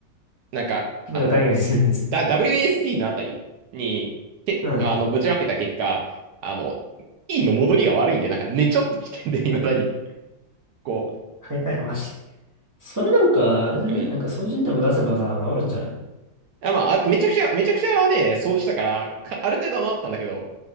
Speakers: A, on the right; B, on the right.
A: なんか、
B: ちょっとガリガリするやつ。
A: あの、だ、w s d のあたりに、け、
B: うん。
A: あの、ぶちまけた結果、あの、E の戻りが悪いんで、なんか、ね、ちょっと危険で、未だに、こ
B: 買い替えろ、マジで。それなんか、あれじゃないなんか、
A: う、うん。
B: 掃除にでも出せばさ、治るんじゃない
A: あ、まあ、あれめちゃくちゃ、めちゃくちゃね、掃除したから、かある程度は治ったんだけど、